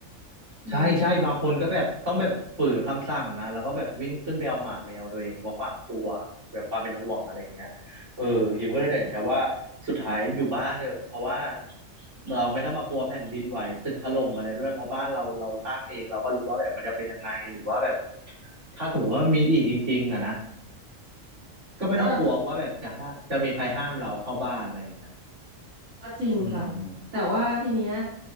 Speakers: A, on the right; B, on the right.
A: อืม
B: ใช่ใช่บางคนก็แบบต้องแบบฝืนคำสั่งนะแล้วก็แบบวิ่งขึ้นไปเอาหมาแมวตัวเองเพราะความกลัวแบบความเป็นห่วงอะไรอย่างเงี้ยเออยิมก็เลยตัดสินใจว่าสุดท้ายอยู่บ้านเถอะเพราะว่าเราไม่ต้องมากลัวแผ่นดินไหวตึกถล่มอะไรด้วยเพราะบ้านเราเราสร้างเองเราก็รู้ว่าแบบมันจะเป็นยังไงหรือว่าแบบถ้าสมมติว่ามีอีกจริงๆอ่ะนะก็ไม่ต้องกลัวว่าแบบจะห้าจะมีใครห้ามเราเข้าบ้านอะไรอย่างเงี้ย
A: ก็ก็จริงค่ะแต่ว่าทีเนี้ย
B: อืม